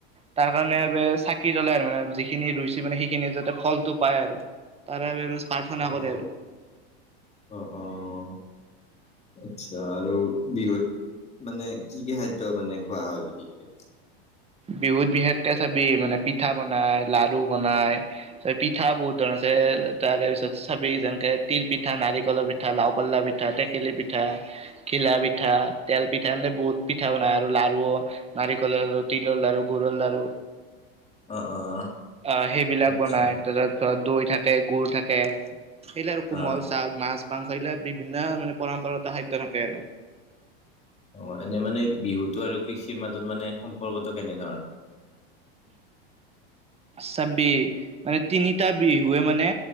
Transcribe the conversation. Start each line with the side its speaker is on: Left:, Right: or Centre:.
Right: তাৰ কাৰণে <unintelligible> চাকি জ্বলাই আৰু মানে যিখিনি ৰুইছে মানে সেইখিনি যাতে ফলটো পায় আৰু তাত <unintelligible> প্ৰাৰ্থনা
Left: অ',
Right: কৰে আৰু।
Left: অ', অ', আচ্ছা আৰু বিহুত মানে কি-কি খাদ্য মানে খোৱা হয় বিশেষকে?
Right: বিহুত বিশেষকে চাবি মানে পিঠা বনাই, লাৰু বনাই, চ' পিঠা বহুত ধৰণ আছে তেৰ তাৰে পিছত চাবি যেনেকে তিল পিঠা, নাৰিকলৰ পিঠা, লাও পল্লা পিঠা, টেকেলি পিঠা ঘিলা পিঠা, তেল পিঠা এনদে বহুত পিঠা বনাই আৰু লাৰু নাৰিকলৰ তিলৰ লাৰু, গুৰৰ লাৰু,
Left: অ', অ',
Right: আহ! সেইবিলাক
Left: আচ্ছা
Right: বনাই। <unintelligible> দৈ থাকে, গুৰ থাকে <unintelligible> আৰু কোমল
Left: অ'।
Right: চাউল, মাছ। <unintelligible> বিভিন্ন মানে পৰম্পৰাগত খাদ্য থাকে আৰু।
Left: অ' এনে মানে বিহুটো আৰু কৃষিৰ মাজত মানে সম্পৰ্কটো কেনেধৰণৰ?
Right: চাবি মানে তিনিটা বিহুৱে মানে।